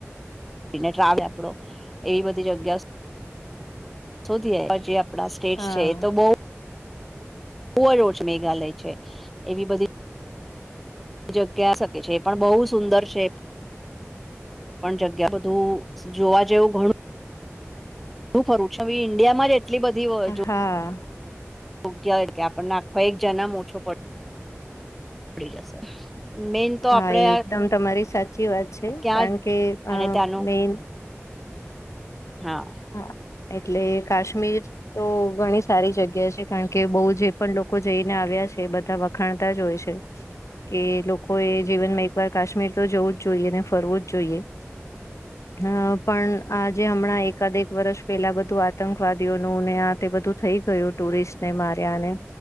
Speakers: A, in the centre; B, on the left.
A: એને ટ્રાવે આપડો એવી બધી જગ્યા શોધીયે પછી આપ ડા સ્ટેટ્સ
B: હા
A: છે તો બઉ બો યોજના ઘાલી છે એવી બધી જગ્યા શકે છે એ પણ બઉ સુંદર છે પણ જગ્યા બધું જોવા જેવું ઘણું બો ફરુ છુ અવે ઈન્ડિયામાં જ એટલી બધી વ જો
B: હા.
A: <unintelligible> ગયા કે આપણને આખો એક જન્મ ઓછો પડ પડી જશે મેન તો
B: હા
A: આપડે
B: એ એકદમ તમારી સાચી વાત છે
A: ક્યાં
B: કાણ કે અ
A: અને ત્યાંનું
B: મેન
A: હાં.
B: હાં એટલે કાશ્મીર તો ઘણી સારી જગ્યા છે કાણ કે બઉ જે પણ લોકો જઈને આવ્યા છે બધા વ ખાણતા જ હોય છે. એ લોકોએ જીવનમાં એકવાર કાશ્મીર તો જવું જ જોઈએ ને ફરવું જ જોઈએ. હાં પણ આજે અમણાં એક એકાદેક વરસ પેલા બધું આતંકવાદીઓનું ને આ તે બધું થઈ ગયું ટુરિસ્ટને માર્યા ને